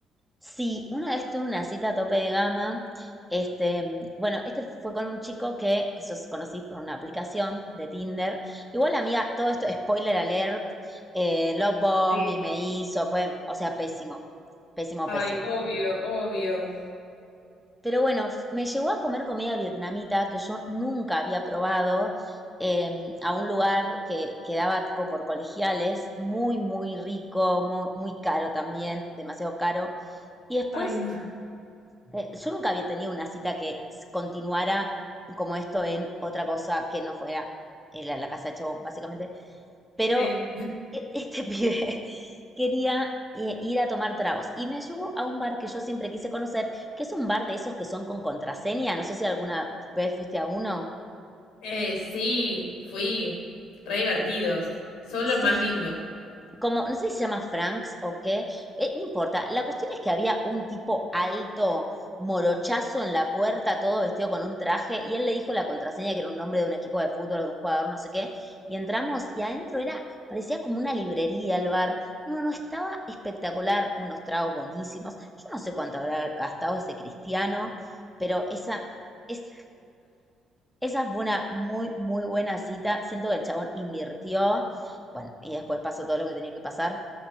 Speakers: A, in the centre; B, on the left (about 75°).
A: Sí, una vez tuve una cita a tope de gama. Este, bueno, este fue con un chico que sos- conocí por una aplicación de Tinder. Igual, amiga, todo esto, spoiler alert, eh, love bomb
B: Sí.
A: y me hizo, fue, o sea, pésimo, pésimo,
B: Ay,
A: pésimo.
B: obvio, obvio.
A: Pero bueno, f- me llevó a comer comida vietnamita que yo nunca había probado, eh, a un lugar que quedaba tipo por colegiales, muy, muy rico, muy, muy caro también, demasiado caro. Y después
B: Ay, no
A: Eh, yo nunca había tenido una cita que continuara como esto en otra cosa que no fuera en la, la casa de Chabón, básicamente. Pero
B: sé.
A: e- este <laughs> pibe quería eh, ir a tomar tragos y me llevó a un bar que yo siempre quise conocer, que es un bar de esos que son con contraseña. No sé si alguna vez fuiste a uno.
B: Eh, sí, fui. Re divertidos. Son
A: Sí,
B: los más lindos.
A: como, no sé si se llama Franks o qué, eh, no importa. La cuestión es que había un tipo alto, morochazo en la puerta, todo vestido con un traje, y él le dijo la contraseña, que era un nombre de un equipo de fútbol o de un jugador, no sé qué, y entramos, y adentro era, parecía como una librería el bar. No, no, estaba espectacular, unos tragos buenísimos. Yo no sé cuánto habrá gastado ese cristiano, pero esa, es, esa fue una muy, muy buena cita. Siento que el chabón invirtió. Bueno, y después pasó todo lo que tenía que pasar